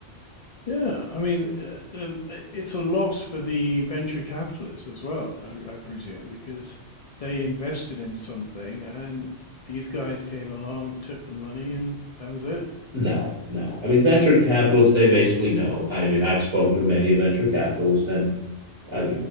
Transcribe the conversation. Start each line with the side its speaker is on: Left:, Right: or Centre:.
Left: Yeah, I mean, uh, um, uh, it's a loss for the venture capitalists as well, I, I presume, because they invested in something and these guys came along, took the money, and that was it.
Right: No, no. I mean, venture capitalists, they basically know. I mean, I've spoken to many venture capitalists, and I